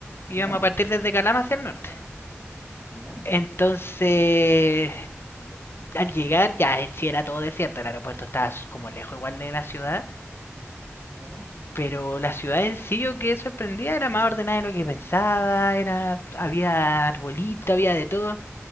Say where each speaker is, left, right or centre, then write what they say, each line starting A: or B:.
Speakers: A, on the right; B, on the left.
A: ya.
B: Íbamos a partir desde Calama hacia el norte.
A: ¿Ya?
B: Entonces, al llegar ya si era todo desierto, el aeropuerto estaba como lejos igual de la ciudad.
A: ¿Ya?
B: Pero la ciudad en sí yo quedé sorprendida, era más ordenada de lo que pensaba, era, había arbolito, había de todo.